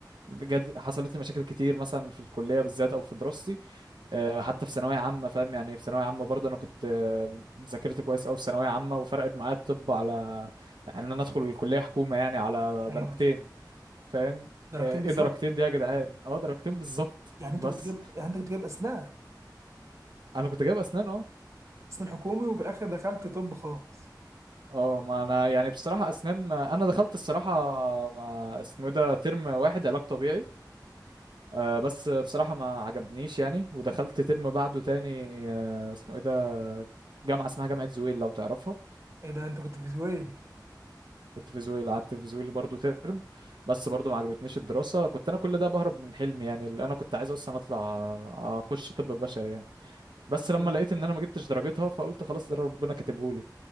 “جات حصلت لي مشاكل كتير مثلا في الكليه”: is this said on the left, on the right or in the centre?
Right